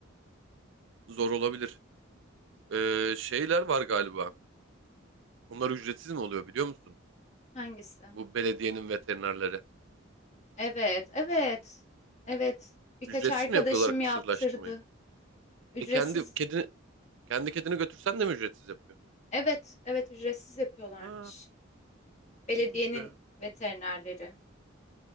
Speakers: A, on the right (about 65°); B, on the left (about 35°).
A: Zor olabilir. E, şeyler var galiba. Bunlar ücretsiz mi oluyor biliyor musun?
B: Hangisi?
A: Bu belediyenin veterinerleri.
B: Evet, evet. Evet. Birkaç
A: Ücretsiz
B: arkadaşım
A: mi yapıyorlar kısırlaştırmayı?
B: yaptırdı. Ücretsiz.
A: E kendi kedini kendi kedini götürsen de mi ücretsiz yapıyor?
B: Evet, evet ücretsiz yapıyorlarmış.
A: Ha,
B: Belediyenin
A: iyiymiş o ya.
B: veterinerleri.